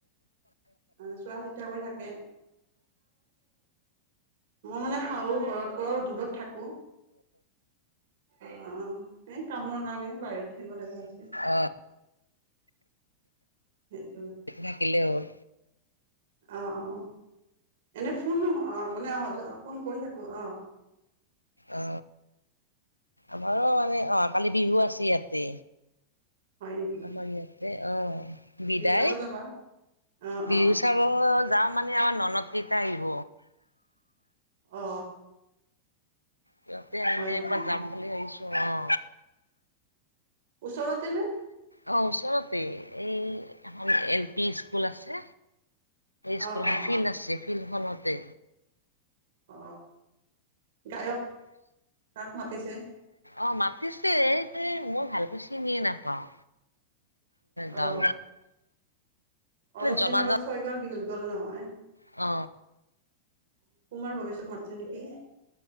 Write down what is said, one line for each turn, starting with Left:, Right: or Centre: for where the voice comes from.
Right: অ শোৱাস এা কৰিাক অ মই মানে শাহ ঘৰত পৰা দূৰত থাকো আহ এই কামৰ কাৰণে বাহিৰত থাকিব লগা হৈছে
Left: অ
Right: হয়
Left: থাকিলে হল
Right: অ অ এনে ফোন অ মানে অহ ফোন কৰি থাকো অ
Left: অ আমাৰো মানে অহ কালি বিহু আছে ইয়াতে
Right: হয় নেকি
Left: আমাৰ ইয়াতে অ বিদায়
Right: বিহু চাব যাবা অ
Left: বিহু
Right: অ
Left: চাব যাওঁ মানে আমাৰ ননদ কেইটা আহিব
Right: অ
Left: সিহঁতে আহিল
Right: হয় নেকি
Left: ব যাম বুলি আহাবিছো অ
Right: উওচৰতে ন
Left: অ', ওচৰতে এই এখন এল পি স্কুল আছে ছ
Right: অ
Left: ক
Right: অ
Left: ফীিল ন আছে ফিলখনতে
Right: অ গায়ক কাক মাতিছে
Left: অ মাতিছে এই মই ভালকৈ চিনিয়ে নাপাওঁ গাঁৱৰ
Right: অ অলপ
Left: জনাজাত
Right: দিন আগতে চয়কাৰ বিহুত গ'ল নহয়
Left: অ
Right: অ কুমাৰ ভৱষক মতিছে নেকি